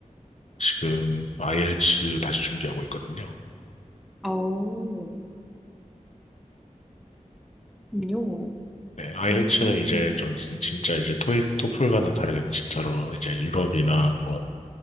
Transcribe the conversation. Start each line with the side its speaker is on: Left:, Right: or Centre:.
Left: 지금 IELTS 다시 준비하고 있거든요.
Centre: 오, 그럼요.
Left: 네, IELTS는
Centre: 음,
Left: 이제 좀 진- 진짜 이제 토익, 토플과는 다르게 진짜로 이제 유럽이나 뭐